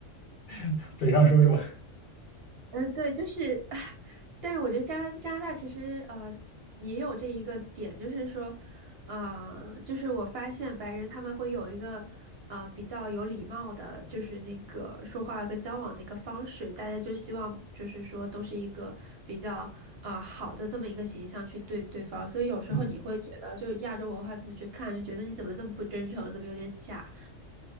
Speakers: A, on the left; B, on the right.
A: <laughs> 嘴上说说，
B: 呃，对，就是，<laughs> 但是我觉得加加拿大其实呃也有这一个点，就是说，啊，就是我发现白人他们会有一个啊比较有礼貌的，就是那个说话跟交往的一个方式，大家就希望就是说都是一个比较啊、呃好的这么一个形象去对对方，所以有时候你会觉得，
A: <laughs> 嗯
B: 就是亚洲文化这么去看，就觉得你怎么这么不真诚，怎么有点假，